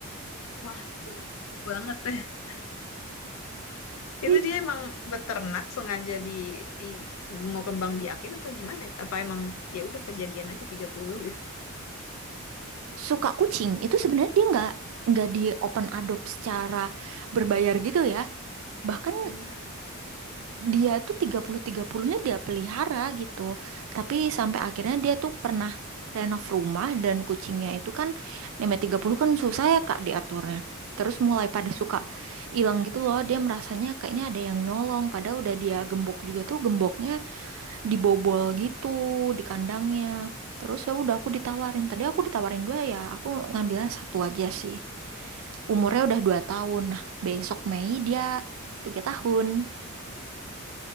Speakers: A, on the left; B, on the right.
A: Wah, jauh banget. <laughs> Itu
B: Jadi,
A: dia emang beternak sengaja di i- mau kembang biakin atau gimana? Apa emang ya udah kejadian aja 30 gitu.
B: suka kucing itu sebenarnya dia nggak nggak di open adopt secara berbayar gitu ya bahkan
A: Hmm.
B: dia tuh 30-30-nya dia pelihara gitu. Tapi sampai akhirnya dia tuh pernah renov rumah dan kucingnya itu kan nenek 30 kan susah ya Kak diaturnya. Terus mulai pada suka hilang gitu loh, dia merasanya kayaknya ada yang nyolong padahal udah dia gembok juga tuh gemboknya dibobol gitu di kandangnya. Terus ya udah aku ditawarin. Tadi aku ditawarin dua ya, aku ngambilnya satu aja sih. Umurnya udah dua tahun. Nah, besok Mei dia tiga tahun.